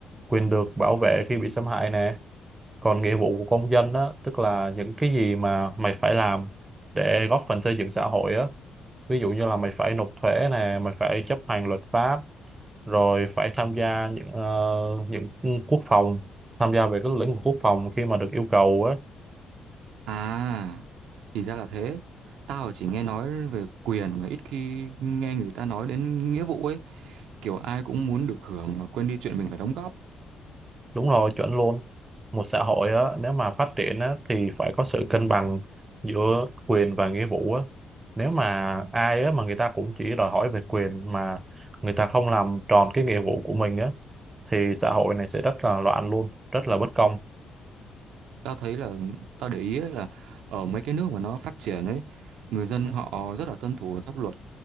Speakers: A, on the right (about 25°); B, on the right (about 80°).
A: quyền được bảo vệ khi bị xâm hại nè. còn nghĩa vụ của công dân á tức là những cái gì mà mày phải làm để góp phần xây dựng xã hội á ví dụ như là mày phải nộp thuế nè mày phải chấp hành luật pháp rồi phải tham gia những ờ, những quốc phòng tham gia về cái lĩnh vực quốc phòng khi mà được yêu cầu á
B: À, thì ra là thế. Tao chỉ nghe nói về quyền mà ít khi nghe người ta nói đến nghĩa vụ ấy. kiểu ai cũng muốn được hưởng mà quên đi chuyện mình phải đóng góp
A: đúng rồi chuẩn luôn một xã hội á nếu mà phát triển á thì phải có sự cân bằng giữa quyền và nghĩa vụ á nếu mà ai á mà người ta cũng chỉ đòi hỏi về quyền mà người ta không làm tròn cái nghĩa vụ của mình á thì xã hội này sẽ rất là loạn luôn rất là bất công
B: tao thấy là tao để ý ấy là ở mấy cái nước mà nó phát triển ấy người dân họ rất là tuân thủ pháp luật